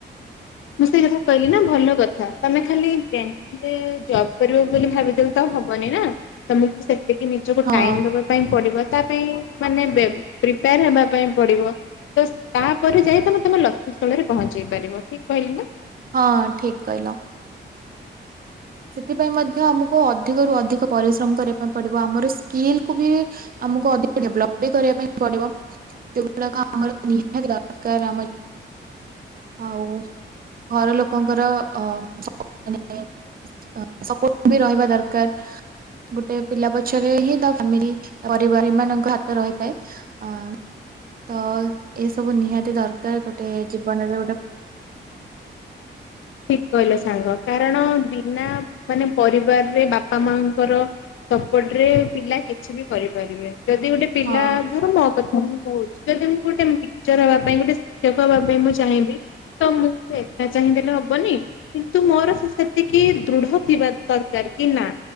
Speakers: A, on the left; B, on the right.
A: ମୁଁ ସେଇ କଥା କହିଲି ନା ଭଲ କଥା ତମେ ଖାଲି ବ୍ୟାଙ୍କିଙ୍ଗରେ ଜବ କରିବ ବୋଲି ଭାବିଦଉ ତ ହବନି ନା ତମକୁ ସେତିକି ନିଜକୁ
B: ହଁ
A: ଟାଇମ ଦବା ପାଇଁ ପଡିବ ତା ପାଇଁ ମାନେ ବେ ପ୍ରିପାର ହେବା ପାଇଁ ପଡିବ। ତ ତାପରେ ଯାଇ ତମେ ତମ ଲକ୍ଷ୍ୟ ସ୍ଥଳରେ ପହଞ୍ଚେଇ ପାରିବ ଠିକ କହିଲି ନା।
B: ହଁ ଠିକ କହିଲ। ସେଥିପାଇଁ ମଧ୍ୟ ଆମକୁ ଅଧିକରୁ ଅଧିକ ପରିଶ୍ରମ କରିବା ପାଇଁ ପଡିବ ଆମର ସ୍କିଲ୍କୁ ବି ଆମକୁ ଅଧିକ ଡେଭଲପ ବି କରିବା ପାଇଁ ପଡିବ। ଯେଉଗୁଡାକ ଆମର ନିହାତି ଦରକାର ଆମ ଆଉ ଘର ଲୋକଙ୍କର ଅ ମାନେ ସପର୍ଟ ବି ରହିବା ଦରକାର। ଗୋଟେ ପିଲା ପଛରେ ହି ତା ଫାମିଲି ପରିବାରମାନାନଙ୍କ ହାତ ରହିଥାଏ। ଅ ତ ଏସବୁ ନିହାତି ଦରକାର ଗୋଟେ ଜୀବନରେ ଗୋଟେ <inaudible>
A: ଠିକ କହିଲ ସାଙ୍ଗ କାରଣ ବିନା ମାନେ ପରିବାରରେ ବାପା ମାଙ୍କର ସପୋର୍ଟ ରେ ପିଲା କିଛି ବି କରିପାରିବେ। ଯଦି ଗୋଟେ ପିଲା
B: ହଁ
A: ଘର ମୋ କଥା ମୁଁ କହୁଛି ଯଦି ମୁଁ ଗୋଟେ ପିକଚର ହବା ପାଇଁ ଗୋଟେ ସେଖ ଭ ପାଇଁ ମୁଁ ଚାହିଁବି ତ ମୁଁ ଚାହିଁଦେଲେ ହବନି। କିନ୍ତୁ ମୋର ସେ ସେତିକି ଦୃଢ ଥିବା ଦରକାର କି ନା?